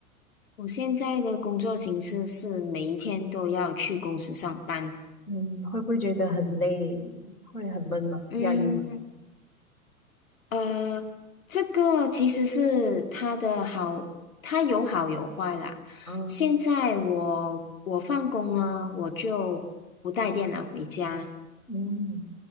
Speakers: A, on the left (about 65°); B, on the left (about 80°).
A: 我现在的工作形式是每一天都要去公司上班。
B: 嗯，会不会觉得很累？会很闷吗？
A: 嗯。
B: 压力吗？
A: 呃，这个其实是它的好，它有好有坏啦。
B: 啊，
A: 现在我我放工呢，我就不带电脑回家，
B: 嗯，